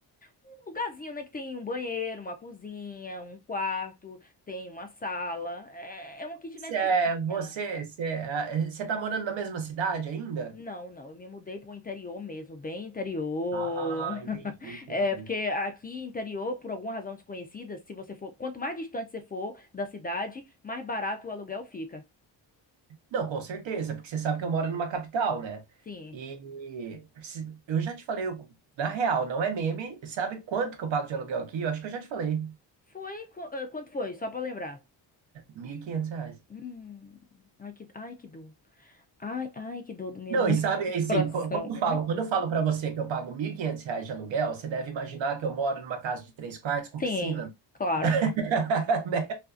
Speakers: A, on the left; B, on the right.
A: um lugarzinho, né? Que tem um banheiro, uma cozinha, um quarto, tem uma sala. É, é uma kitnetzinha.
B: você, é, você, você, é, você tá morando na mesma cidade ainda?
A: Não, não, eu me mudei pro interior mesmo, bem interior.
B: Ah,
A: <laughs>
B: entendi,
A: É,
B: entendi.
A: porque aqui interior, por alguma razão desconhecida, se você for, quanto mais distante você for da cidade, mais barato o aluguel fica.
B: Não, com certeza, porque você sabe que eu moro numa capital, né?
A: Sim.
B: E se- eu já te falei, eu- na real, não é meme, sabe quanto que eu pago de aluguel aqui? Eu acho que eu já te falei,
A: Foi, qu- eh, quanto foi? Só pra lembrar.
B: 1.500 reais.
A: Hum, ai que, ai que dor. Ai, ai que dor do meu
B: Não,
A: no
B: e sabe,
A: <laughs>
B: assim,
A: coração.
B: qu- quando eu falo, quando eu falo para você que eu pago 1.500 reais de aluguel, você deve imaginar que eu moro numa casa de três quartos com
A: Sim,
B: piscina,
A: claro.
B: <laughs> né?